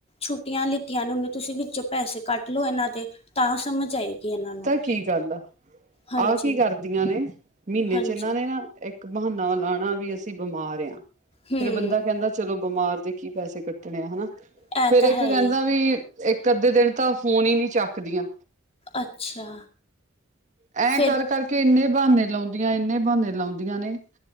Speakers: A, on the left; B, on the right.
A: ਛੁੱਟੀਆਂ ਲਿੱਤੀਆਂ ਨੇ ਓਨੇ ਤੁਸੀਂ ਵਿੱਚੋਂ ਪੈਸੇ ਕੱਟ ਲਓ ਏਨਾਂ ਦੇ, ਤਾਂ ਸਮਝ ਆਏਗੀ ਏਨਾਂ ਨੂੰ।
B: ਠੀਕ ਗੱਲ ਆ,
A: ਹਾਂਜੀ
B: ਆ ਕੀ ਕਰਦੀਆਂ ਨੇ, ਮੀਨੇ
A: ਹਾਂਜੀ
B: 'ਚ ਏਨਾਂ ਨੇ ਨਾ- ਇੱਕ ਬਹਾਨਾ ਲਾਣਾ ਵੀ, ਅਸੀਂ ਬਮਾਰ ਆਂ।
A: ਹੂੰ
B: ਫੇਰ ਬੰਦਾ ਕੈਂਦਾ- ਚਲੋ, ਬਮਾਰ ਦੇ ਕੀ ਪੈਸੇ ਕੱਟਣੇ ਆ, ਹਨਾ।
A: ਇਹ
B: ਫੇਰ
A: ਤਾਂ
B: ਇੱਕ
A: ਹੈ
B: ਕੈਂਦਾ
A: ਹੀ
B: ਵੀ, ਇੱਕ ਅੱਧੇ ਦਿਨ ਤਾਂ ਫੋਨ ਈ ਨੀ ਚੱਕਦੀਆਂ।
A: ਅੱਛਾ।
B: ਐਂ
A: ਫਿਰ
B: ਕਰ ਕਰਕੇ ਇੰਨੇ ਬਹਾਨੇ ਲਾਉਂਦੀਆਂ, ਇੰਨੇ ਬਹਾਨੇ ਲਾਉਂਦੀਆਂ ਨੇ